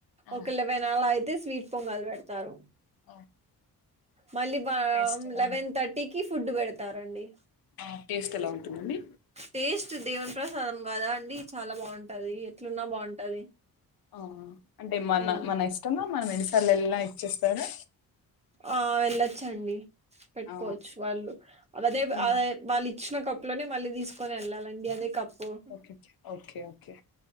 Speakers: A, on the left; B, on the right.
A: ఆ
B: ఒక లెవేన్ అలా అయితే స్వీట్ పొంగల్ పెడతారు
A: ఆ
B: మళ్ళీ
A: టేస్ట్ ఎలా
B: లెవెన్ థర్టీకిి ఫుడ్ బెడతారండి
A: ఆ టేస్ట్ ఎలా ఉంటుందండి
B: టేస్ట్ దేవుని ప్రసాదం గదా అండి చాలా బాగు ఉంటది ఎట్లున్నా బాగుంటది
A: ఆ అంటే మన
B: ఉమ్
A: మన ఇష్టంగా మనం ఎన్నిసార్లు ఎళ్ళిన ఇచ్చేస్తారా
B: ఆ వెళ్ళొచ్చండి పెట్టుకోవచ్చు
A: ఆ
B: వాళ్ళు వదే
A: ఉమ్
B: అదే వాళ్ళు ఇచ్చిన కప్ లోనే మళ్ళీ తీసుకొని వెళ్ళాలండి అదే కప్ ఓహో
A: ఓకే ఓకే ఓకే